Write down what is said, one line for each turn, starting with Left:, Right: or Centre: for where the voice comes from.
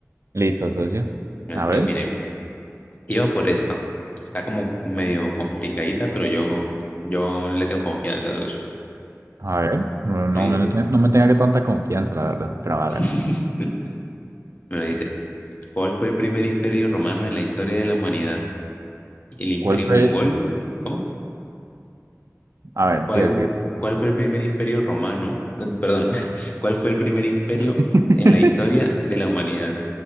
Right: Listo, socio.
Left: entonces
Right: A ver,
Left: mire, iba por esta. Está como medio complicadita, pero yo, yo le tengo confianza, socio.
Right: a ver. No, no
Left: Me dice,
Right: me, no me tenga que tanta confianza, la verdad, pero hágale.
Left: <laughs> me dice, ¿cuál fue el primer imperio romano en la historia de la humanidad? ¿El imperio
Right: ¿Cuál fue?
Left: mongol? ¿Cómo?
Right: A ver,
Left: ¿Cuál,
Right: sigue, sigue.
Left: cuál fue el primer imperio romano? No, Perdón, <laughs> ¿cuál fue el primer imperio
Right: <laughs>
Left: en la historia de la humanidad?